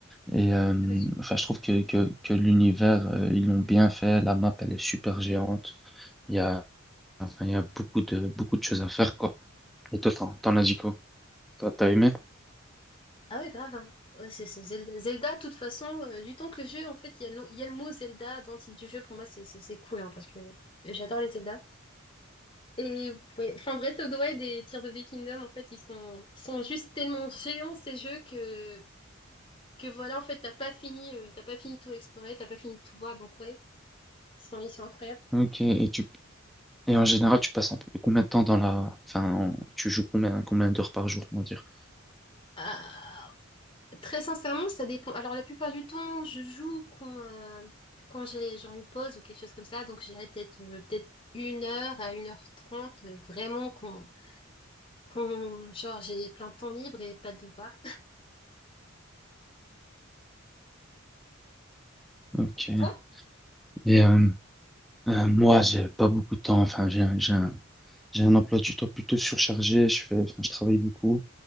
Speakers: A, in the centre; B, on the left.
A: Et euh,
B: <laughs>
A: enfin, je trouve que que, que l'univers, euh, ils l'ont bien fait. La map, elle est super géante. Il y a enfin, il y a beaucoup de beaucoup de choses à faire, quoi. Et toi, t'en t'en as dit quoi? Toi, t'as aimé?
B: Ah ouais, grave. hein. Ouais, c'est c'est Zelda. Zelda, de toute façon, euh, du temps que le jeu, en fait, il y a le, nom- il y a le mot Zelda dans le titre du jeu, pour moi, c'est c'est- c'est cool, hein, parce que j'adore les Zelda. Et ouais, enfin, Breath of the Wild et Tears of the Kingdom, en fait, ils sont, ils sont juste tellement géants, ces jeux, que, que voilà, en fait, t'as pas fini, euh, t'as pas fini de tout explorer, t'as pas fini de tout voir, donc ouais, ils sont, ils sont incroyables.
A: Ok. Et tu et en général, tu passes un peu combien de temps dans la, enfin, en- tu joues combien combien d'heures par jour, on va dire?
B: Ah, Très sincèrement, ça dépend. Alors, la plupart du temps, je joue quand, euh, quand j'ai genre une pause ou quelque chose comme ça. Donc, j'irai peut-être euh, peut-être une heure à une heure trente, euh, vraiment quand, quand genre j'ai plein de temps libre et pas de devoirs.
A: Ok.
B: Et toi?
A: Et euh, Euh, moi, j'ai pas beaucoup de temps. Enfin, j'ai un, j'ai un, j'ai un emploi du temps plutôt surchargé. Je fais, enfin, je travaille beaucoup.